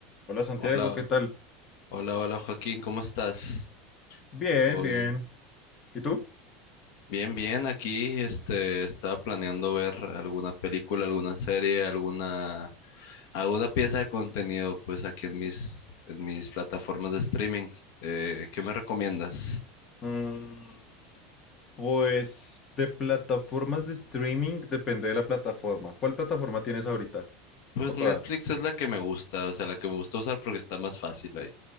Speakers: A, on the left; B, on the left.
A: Hola Santiago,
B: Hola,
A: ¿qué tal?
B: hola, hola Joaquín, ¿cómo estás?
A: Bien,
B: ¿Todo
A: bien.
B: bien?
A: ¿Y tú?
B: Bien, bien, aquí este estaba planeando ver alguna película, alguna serie, alguna alguna pieza de contenido pues aquí en mis en mis plataformas de streaming. Eh, ¿qué me recomiendas?
A: Mm, pues de plataformas de streaming depende de la plataforma. ¿Cuál plataforma tienes ahorita?
B: Pues
A: ¿O todas?
B: Netflix es la que me gusta, o sea, la que me gusta usar porque está más fácil ahí.